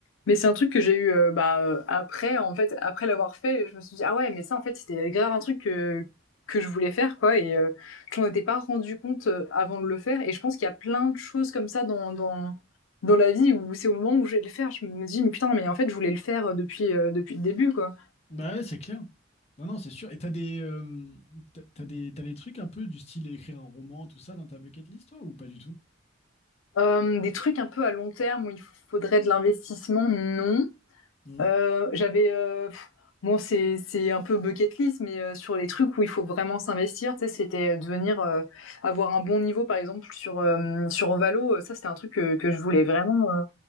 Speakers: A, on the left; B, on the left.
A: Mais c'est un truc que j'ai eu euh, bah, euh, après, en fait, après l'avoir fait, je me suis dit, ah ouais, mais ça, en fait, c'était grave un truc que, que je voulais faire, quoi. Et euh, je m'en étais pas rendu compte euh, avant de le faire. Et je pense qu'il y a plein de choses comme ça dans, dans, dans la vie où c'est au moment où je vais le faire, je me dis, mais putain, mais en fait, je voulais le faire euh, depuis, euh, depuis le début, quoi.
B: Bah ouais, c'est clair. Non, non, c'est sûr. Et t'as des, euh, t'as t'as des, t'as des trucs un peu du style écrire un roman, tout ça, dans ta bucket list, toi, ou pas du tout?
A: Euh, des trucs un peu à long terme où il faudrait de l'investissement, non.
B: Mm.
A: Euh, j'avais euh, pff, bon c'est c'est un peu bucket list mais euh, sur les trucs où il faut vraiment s'investir tu sais c'était devenir euh, avoir un bon niveau par exemple sur euh, sur Valo euh, ça c'était un truc que, que je voulais vraiment euh,